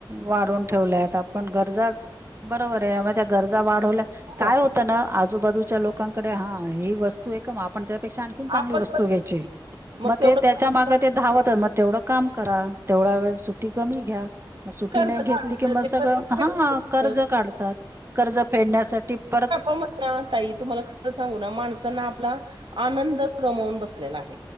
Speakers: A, on the right; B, on the right.
A: वाढून ठेवल्यात. आपण गरजाच पण बरोर आहे म त्या गरजा वाढवल्या काय
B: हो.
A: होत ना आजूबाजूच्या लोकांकडे. हा ही वस्तू आहे का मग आपण तेच्या पेक्षा आणखीन चांगली
B: आपण
A: वस्तू
B: पण
A: घ्याची
B: मग
A: म
B: तेवढं
A: ते त्याच्या
B: कर्ज
A: माग
B: काढायचं.
A: ते धवत मग तेवढं काम करा तेवढा वेळ सुट्टी कमी घ्या सुट्टी
B: कर्ज
A: नाही घेतली
B: काढायचं
A: की मग
B: ते
A: सगळं
B: कर्ज फेडायचं.
A: हा. कर्ज काढतात कर्ज फेडण्यासाठी परत
B: हो मग ताई तुम्हाला खरा सांगूना माणसांना आपला आनंद गमावून बसलेला आहे